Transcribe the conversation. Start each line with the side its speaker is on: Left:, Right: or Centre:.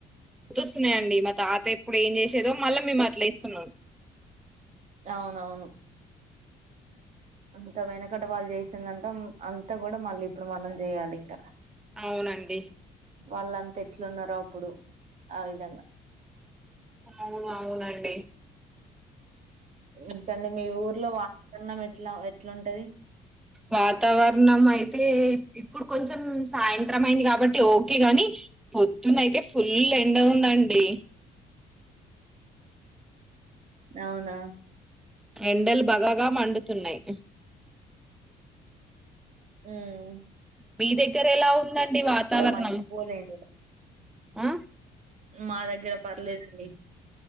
Centre: గుర్తొస్తున్నాయండి మా తాత ఇప్పుడు ఏం చేసేదో మళ్ళీ మేము అట్లా చెస్తున్నాం
Right: అవునవును అంత వెనకట వాళ్ళు చేసిందంత అంతా కూడా మళ్ళీ ఇప్పుడు మనం చేయాలి ఇంకా
Centre: అవునండి
Right: వాళ్ళంతా ఎట్లు ఉన్నారో అప్పుడు ఆ విధంగా
Centre: అవును అవునండి
Right: ఇంకండి మీ ఊరు లో వాతావరణం ఎట్లా ఎట్లుంటది
Centre: వాతావరణం అయితే ఇప్పుడు కొంచెం సాయంత్రం అయింది కా ఇప్పట్లో ఓకే గాని పొద్దున అయితే ఫుల్ ఎండగుందండి
Right: అవునా
Centre: ఎండల్ భగ భగ మండ్తు తున్నాయి
Right: హమ్
Centre: మీ దగ్గర ఎలా ఉందండి వాతావరణం
Right: మర్చిపోలేదు
Centre: ఆ
Right: మా దగ్గర పర్లేదండి